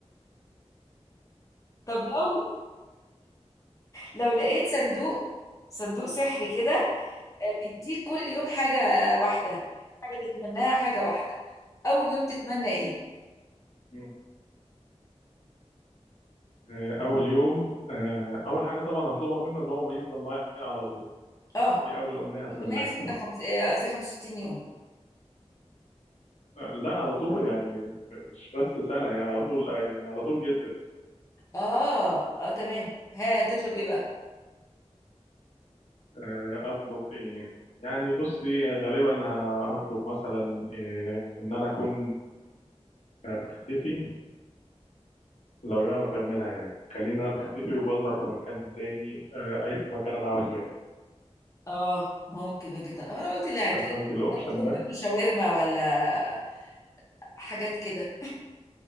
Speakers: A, on the left; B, on the left.
A: طب لو لو لقيت صندوق صندوق سحري كده بيديك كل يوم حاجة واحدة حاجة تتمناها حاجة واحدة أول يوم تتمنى إيه؟
B: مم. آه، اول يوم آه، اول حاجة طبعا هطلبها منه ان هو يفضل معايا على طول
A: آه
B: دي اول امنية هتمناها
A: 356 آه، قصدي 65 يوم
B: آه، لا على طول يعني م- مش بس سنة يعني على طول آه، يعني على طول جدا
A: آه آه تمام ها تطلب إيه بقى؟
B: آه، اطلب ايه يعني بصي غالبا ه- هطلب مثلا آه، ان انا اكون آه، بختفي لو يعرف يعملها يعني خليني انا بختفي وبظهر في مكان تاني آه، اي مكان انا عاوزه يعني
A: آه ممكن وجهة نظر. أنا قلت لا
B: عارفه
A: هت-
B: انت الاوبشن
A: هتطلب
B: ده
A: منه شاورما ولا حاجات كده